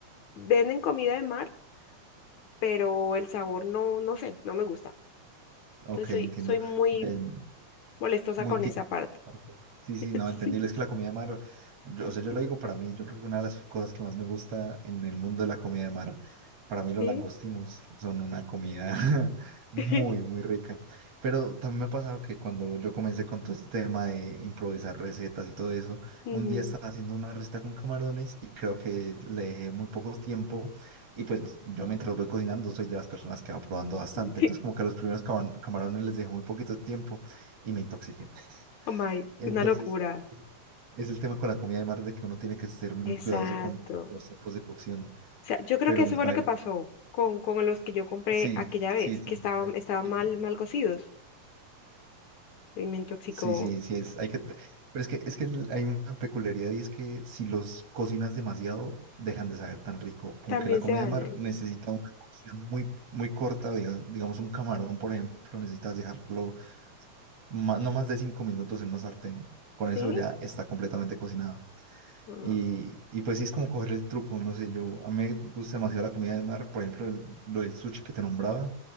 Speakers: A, on the left; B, on the right.
A: venden comida de mar, pero el sabor no, no sé, no me gusta.
B: Ok,
A: Entonces soy,
B: entiendo.
A: soy muy
B: Ven,
A: molestosa
B: Muy
A: con
B: típico.
A: esa parte.
B: aparte. Sí, sí,
A: <laughs>
B: no, entendible. Es que la comida de mar, yo, o sea, yo lo digo para mí, yo creo que una de las cosas que más me gusta en el mundo de la comida de mar, para mí los
A: Sí, sí.
B: langostinos son una comida <laughs> muy,
A: <laughs>
B: muy rica. Pero también me ha pasado que cuando yo comencé con todo este tema de improvisar recetas y todo eso,
A: Ujú.
B: un día estaba haciendo una receta con camarones y creo que le dejé muy poco tiempo. Y pues yo mientras voy cocinando soy de las personas que va probando bastante.
A: Sí.
B: Entonces como que a los primeros cama- camarones les dejé muy poquito tiempo y me intoxiqué.
A: Oh my,
B: Entonces,
A: una locura.
B: es el tema con la comida de mar de que uno tiene que ser muy
A: Exacto.
B: cuidadoso con los tiempos de cocción.
A: O sea, yo creo
B: Pero,
A: que eso fue
B: a
A: lo
B: ver,
A: que pasó con, con los que yo compré
B: sí,
A: aquella vez,
B: sí, sí,
A: que estaban,
B: lo dejo
A: estaban
B: un poquito.
A: mal, mal cocidos y me intoxicó.
B: Sí, sí, sí, es, hay que... te- Pero es que, es que el- hay una peculiaridad y es que si los cocinas demasiado, dejan de saber tan rico. Como
A: También
B: que la comida
A: se dañan.
B: de mar necesita una cocción muy, muy corta, diga- digamos un camarón, por ejemplo, necesitas dejarlo ma- no más de cinco minutos en una sartén. Con eso
A: ¿Sí?
B: ya está completamente cocinado.
A: Ah,
B: Y, y pues sí es como coger el truco, no sé, yo a mí me gusta demasiado la comida de mar, por ejemplo, el- lo del sushi que te nombraba,